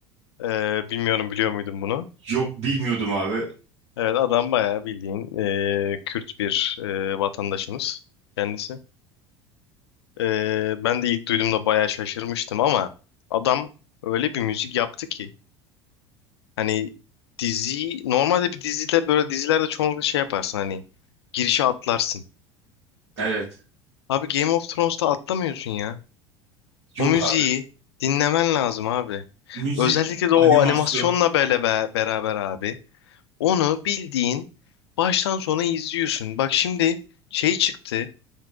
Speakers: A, on the left; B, on the right.
A: E, bilmiyorum biliyor muydun bunu?
B: yok bilmiyordum abi
A: Evet adam bayağı bildiğin e, Kürt bir e, vatandaşımız kendisi. E, ben de ilk duyduğumda bayağı şaşırmıştım ama adam öyle bir müzik yaptı ki hani dizi normalde bir dizide böyle dizilerde çoğunlukla şey yaparsın hani girişe atlarsın.
B: evet
A: Abi Game of Thrones'ta atlamıyorsun ya.
B: yok
A: O müziği
B: abi
A: dinlemen lazım abi.
B: müzik
A: Özellikle de
B: animasyon
A: o animasyonla böyle be- beraber abi. Onu bildiğin baştan sona izliyorsun. Bak şimdi şey çıktı.